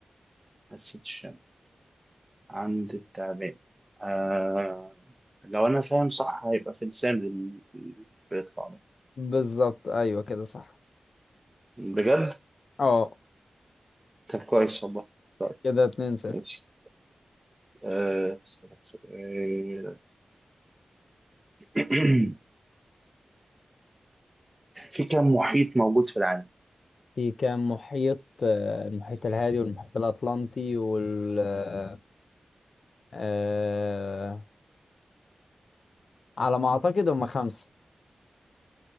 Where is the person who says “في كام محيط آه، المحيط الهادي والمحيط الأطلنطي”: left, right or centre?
Left